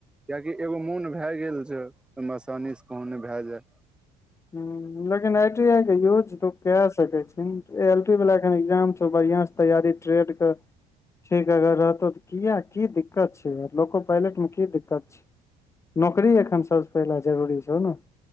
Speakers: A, in the centre; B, on the left (about 15°).
A: किए कि एगो मोन भै गेल छै ओ म आसानी से कहु नै भै जाय
B: हु लेकिन आई टी आई के यूज तू कै सकै छी ए एल पी वाला एखन एग्जाम छौ बड़ियाँ स तैयारी ट्रेड कऽ ठीक अगर रहतौ तऽ किये की दिक्कत छै लोको पालेट मे की दिक्कत छै नौकरी एखन सब स पहिले जरूरी छौ न